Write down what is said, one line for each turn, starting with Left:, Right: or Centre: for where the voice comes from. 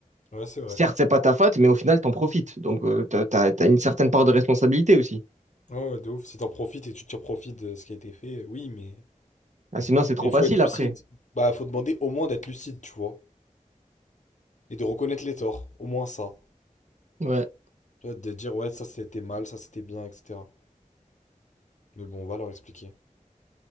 Left: Ouais, c'est vrai.
Right: Certes, c'est pas ta faute, mais au final, t'en profites. Donc, tu t'as, t'as t'as une certaine part de responsabilité aussi.
Left: Ouais, ouais, de ouf. Si t'en profites et tu tires profit de ce qui a été fait, euh, oui, mais.
Right: Ah, sinon, c'est trop
Left: Mais faut
Right: facile
Left: être lucide.
Right: après.
Left: Bah, faut demander au moins d'être lucide, tu vois. Et de reconnaître les torts, au moins ça.
Right: Ouais.
Left: Tu vois, De dire, ouais, ça c'était mal, ça c'était bien, etc. Mais bon, on va leur expliquer.